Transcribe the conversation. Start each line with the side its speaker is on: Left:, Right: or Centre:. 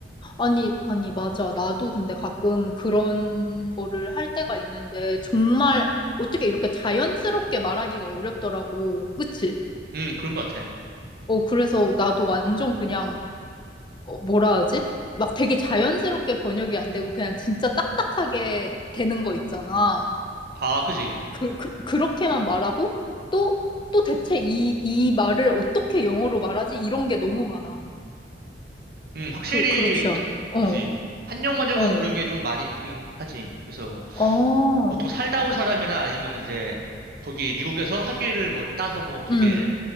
Left: 아니, 아니, 맞아. 나도 근데 가끔 그런 거를 할 때가 있는데, 정말 어떻게 이렇게 자연스럽게 말하기가 어렵더라고. 그치?
Right: 음, 그런 것 같아.
Left: 어, 그래서 나도 완전 그냥, 어, 뭐라 하지? 막 되게 자연스럽게 번역이 안 되고, 그냥 진짜 딱딱하게 되는 거 있잖아.
Right: 아, 그지.
Left: 그, 그, 그렇게만 말하고 또, 또 대체 이, 이 말을 어떻게 영어로 말하지? 이런 게 너무 많아.
Right: 음, 확실히,
Left: 그, 그렇지 않아? 어,
Right: 그지. 한영 번역은
Left: 어,
Right: 그런 게 좀 많이 있긴 하지. 그래서
Left: 어,
Right: 보통 살다 온 사람이나 아니면 이제 거기 미국에서 학위를 뭐 따서 뭐 되게
Left: 음,